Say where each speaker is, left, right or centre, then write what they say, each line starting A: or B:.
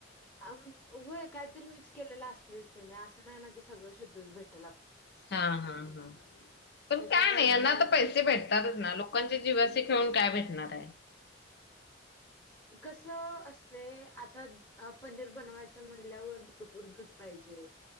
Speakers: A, on the left (about 20°); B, on the left (about 60°).
A: अ, होय. काहीतरी मिक्स केलेलं असतयच त्यानी. असं नाही ना की सगळं शुद्धच भेटतय.
B: हा, हा. पण
A: त्याच्यामुळे
B: काय नाही
A: जरा
B: यांना
A: अवघड
B: तर पैसे
A: आहे
B: भेटतातच ना. लोक लोकांचे जीवाशी खेळून काय भेटणार आहे.
A: कस असतय. आता पनीर बनवायचं म्हणल्यावर, भरपूर दूध पाहिजे.